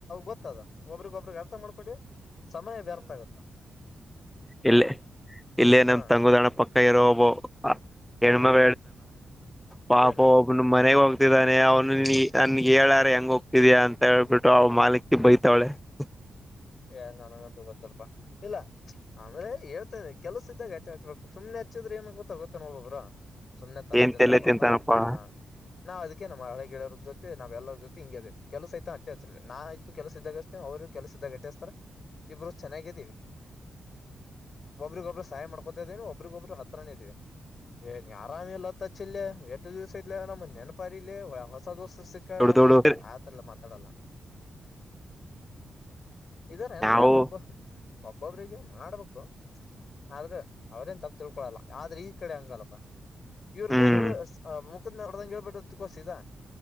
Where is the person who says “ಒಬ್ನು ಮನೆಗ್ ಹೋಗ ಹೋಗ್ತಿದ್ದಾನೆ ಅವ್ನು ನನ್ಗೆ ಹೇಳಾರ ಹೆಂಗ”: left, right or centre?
Centre